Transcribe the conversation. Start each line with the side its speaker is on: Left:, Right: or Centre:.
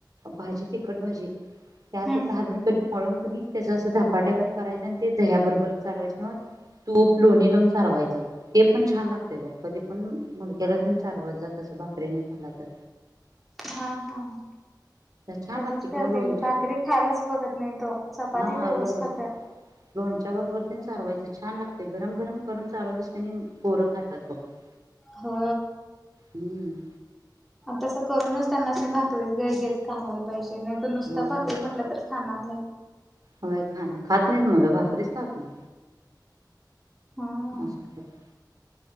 Right: भाजी तिखट भाजी त्यात
Centre: हम्म
Right: घालून क मळून कध त्याच असं धपाट्याकत करायचं आणि ते दह्या बरोबर चालवायचं मग तूप लोहणी लावून सारवायचं ते पण छान लागते बघ कधी पण मुलग्याला त्यांचारवत जात अस भाकरी नाही खाला तर
Centre: हा हा <unintelligible>
Right: छान
Centre: तसच
Right: लागते किंवा
Centre: करते
Right: लोणच्या
Centre: की भाकरी खायलाच बघत नाही तो चपाती
Right: हा
Centre: तेवढंच
Right: लो
Centre: खात
Right: लोणच्या बरोबर ते चारवायचं छान लागते गरम गरम करून चालवलीस क पोरं खातात ब <unintelligible>
Centre: हो
Right: हम्म
Centre: तसं करूनच त्यांना भाकरी हेच खायला पाहिजे नाही तर नुसता
Right: होय
Centre: भाकरी म्हटलं तर खाणार नाही
Right: हय खाान खात नाही मुलं भाकरीच खात नाही
Centre: हा.
Right: नच्छा <unintelligible>